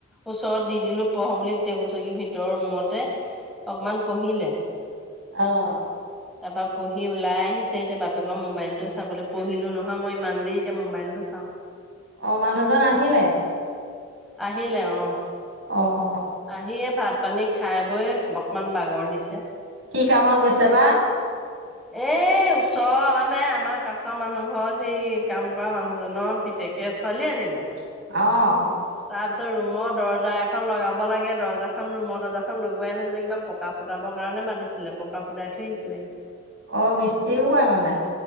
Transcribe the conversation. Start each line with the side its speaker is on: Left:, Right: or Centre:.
Centre: ওচৰত দি দিলো পঢ় বুলি টেবুল চকি ভিতৰৰ ৰুমতে। অকমান পঢ়িলে।
Right: অ'।
Centre: তাৰ পৰা পঢ়ি ওলাই আহিছে এতিয়া বাপ কৰ মোবাইলটো চাবলৈ, পঢ়িলোঁ নহয় মই ইমান দেৰি এতিয়া মোবাইলটো চাওঁ।
Right: অ' মানুহজন আহিলে?
Centre: আহিলে অ'।
Right: অ'।
Centre: আহিয়েই ভাত পানী খাই বৈ অকমান বাগৰ দিছে।
Right: কি কামত গৈছে বা?
Centre: এ ওচৰৰ মানে আমাৰ কাষৰ মানুহ ঘৰত সেই কাম কৰা মানুহজনৰ পিতেকে ছোৱালী আনিলে।
Right: অ'।
Centre: তাৰপিছত ৰুমৰ দৰ্জা এখন লগাব লাগে, দৰ্জাখন ৰুমৰ দৰ্জাখন লগোৱাই নাছিলে কিবা পকা ফুটাবৰ কাৰণে মাতিছিলে পকা ফুটাই থৈ আহিছিলে।
Right: অঁ মিস্ত্ৰীও কৰে মানে?